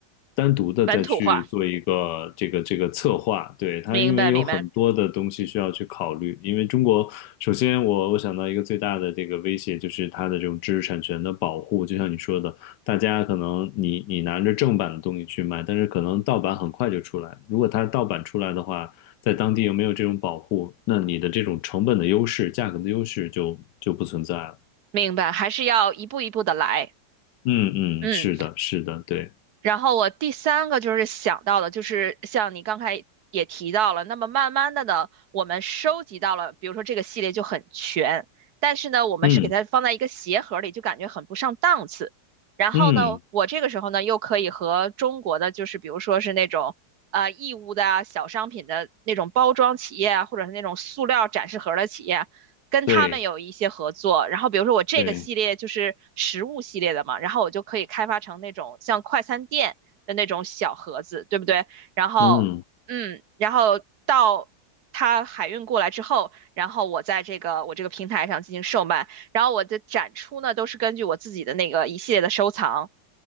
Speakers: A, on the left; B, on the right.
A: 单独的再去做一个这个这个策划，
B: 本土化，
A: 对，它因为有很多的东西需要去考虑，
B: 明白，明白，
A: 因为中国首先我我想到一个最大的这个威胁就是它的这种知识产权的保护，就像你说的，大家可能你你拿着正版的东西去卖，但是可能盗版很快就出来，如果它盗版出来的话，在当地又没有这种保护，那你的这种成本的优势、价格的优势就就不存在了。
B: 明白，还是要一步一步的来。
A: 嗯嗯，
B: 嗯。
A: 是的，是的，对，
B: 然后我第三个就是想到的，就是像你刚才也提到了，那么慢慢的呢，我们收集到了，比如说这个系列就很全，但是呢，我们是给它放在一个鞋盒里，
A: 嗯
B: 就感觉很不上档次。然后呢，
A: 嗯，
B: 我这个时候呢，又可以和中国的，就是比如说是那种啊、义乌的啊小商品的那种包装企业啊，或者是那种塑料展示盒的企业，跟他们有一些合作，
A: 对
B: 然后比如说我这个系列就是食物系列的嘛，
A: 对，
B: 然后我就可以开发成那种像快餐店的那种小盒子，对不对？然后，
A: 嗯。
B: 嗯，然后到它海运过来之后，然后我在这个我这个平台上进行售卖，然后我的展出呢都是根据我自己的那个一系列的收藏，